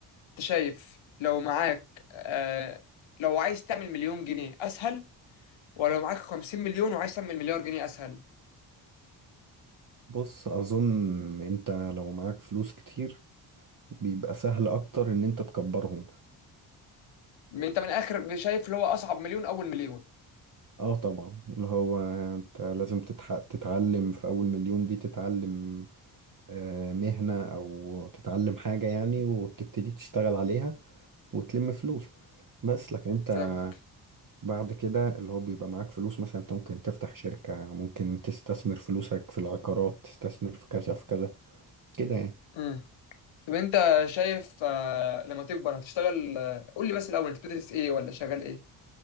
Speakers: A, on the left; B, on the right.
A: انت شايف لو معاك آه... لو عايز تعمل مليون جنيه اسهل ولو معاك 50 مليون وعايز تعمل مليار جنيه اسهل
B: بص اظن انت لو معاك فلوس كتير بيبقى سهل اكتر ان انت تكبرهم
A: ما انت من الاخر شايف اللي هو اصعب مليون اول مليون
B: اه طبعا اللي هو انت لازم تتح... تتعلم في اول مليون دي تتعلم آه، مهنة او تتعلم حاجة يعني وتبتدي تشتغل عليها وتلم فلوس بس لكن انت
A: فاهم
B: بعد كده اللي هو بيبقى معاك فلوس مثلا انت ممكن تفتح شركة ممكن تستثمر فلوسك في العقارات تستثمر في كذا في كذا كده يعني
A: امم طب انت شايف آه، لما تكبر هتشتغل آه، قول لي بس الاول انت بتدرس ايه ولا شغال ايه